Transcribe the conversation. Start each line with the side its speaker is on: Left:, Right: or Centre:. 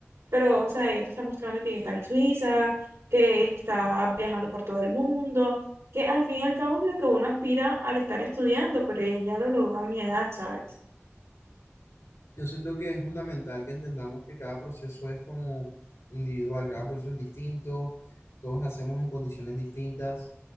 Right: Pero, o sea, ella te está mostrando que ella está en Suiza, que está viajando por todo el mundo, que al fin y al cabo es lo que uno aspira al estar estudiando, pero ella ya lo logró a mi edad, ¿sabes?
Left: Yo siento que es fundamental que entendamos que cada proceso es como individual, cada proceso es distinto, todos nacemos en condiciones distintas